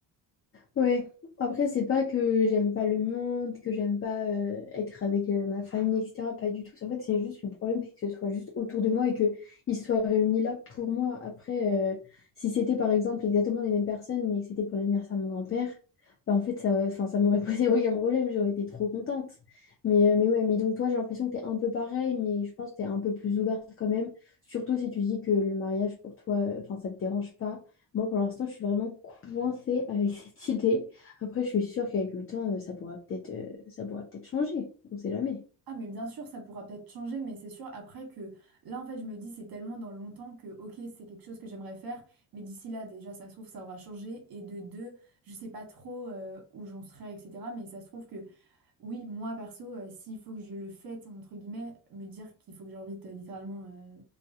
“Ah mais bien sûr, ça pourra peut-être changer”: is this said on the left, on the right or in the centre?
Right